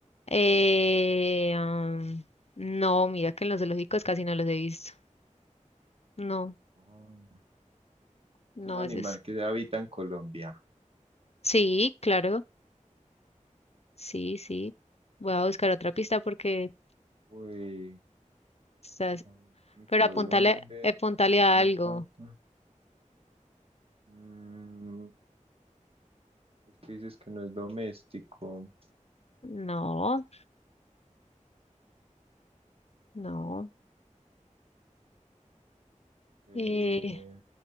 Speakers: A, on the left; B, on the right.
A: Eh, am, no, mira que en los zoológicos casi no los he visto. No,
B: Oh,
A: no
B: es un animal
A: es eso.
B: que habita en Colombia.
A: Sí, claro. Sí, sí. Voy a buscar otra pista porque
B: Uy,
A: estás...
B: habita en
A: Pero
B: Colombia,
A: apuntale, apuntale
B: tiene cuatro
A: a algo.
B: patas. Mm, es que dices que no es doméstico.
A: No, no.
B: Eh,
A: Eh,